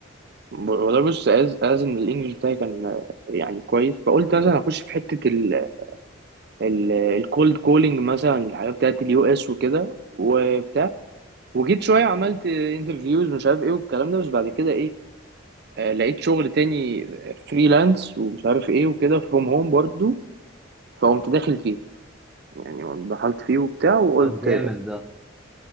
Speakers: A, on the right (about 50°); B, in the centre.
A: ب- والله بص از از ان الانجليش بتاعي كان آه، يعني كويس فقلت مثلا اخش في حته ال ال الكولد كولينج مثلا الحاجات بتاعت اليو اس وكده وبتاع وجيت شويه عملت انترفيوز ومش عارف ايه والكلام ده بس بعد كده ايه آه، لقيت شغل تاني فريلانس ومش عارف ايه وكده فروم هوم برضو فقمت داخل فيه يعني دخلت فيه وبتاع وقلت
B: طب جامد ده